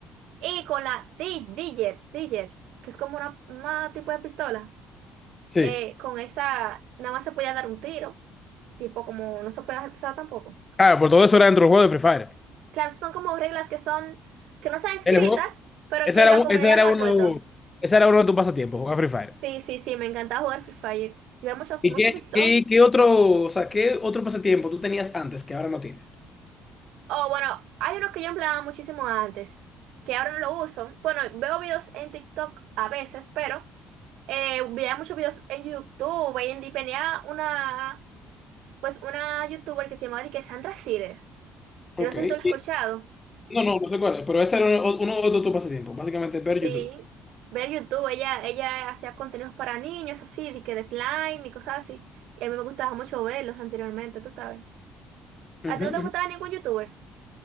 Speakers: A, on the right; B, on the left.
A: Y con la di- Digger, Digger, que es como una, una tipo de pistola,
B: sí.
A: eh, con esa nada más se podía dar un tiro, tipo como no se puede dejar pisada tampoco.
B: Claro, por todo eso era dentro del juego de Free Fire.
A: Claro, son como reglas que son, que no están escritas,
B: El juego,
A: pero
B: ese
A: que
B: era,
A: la
B: un-
A: comunidad
B: ese era
A: la
B: uno,
A: ha puesto.
B: ese era uno de tus pasatiempos, jugar Free Fire.
A: Sí, sí, sí, me encantaba jugar Free Fire. Y ver mucho,
B: ¿Y
A: mucho
B: qué,
A: TikTok.
B: qué, qué otro, o sea, qué otro pasatiempo tú tenías antes que ahora no tienes?
A: Oh, bueno, hay uno que yo empleaba muchísimo antes, que ahora no lo uso. Bueno, veo videos en TikTok a veces, pero eh, veía muchos videos en YouTube. Y en y tenía una, pues una YouTuber que se llamaba de que Sandra Cider.
B: Ok.
A: Yo no sé si tú lo has
B: y-
A: escuchado.
B: No, no, no sé cuál es, pero ese era uno, uno de tus pasatiempos, básicamente ver
A: Sí,
B: YouTube.
A: ver YouTube, ella, ella hacía contenidos para niños así, de que de slime y cosas así. Y a mí me gustaba mucho verlos anteriormente, tú sabes.
B: Ujú,
A: ¿A ti no te
B: ujú.
A: gustaba ningún youtuber?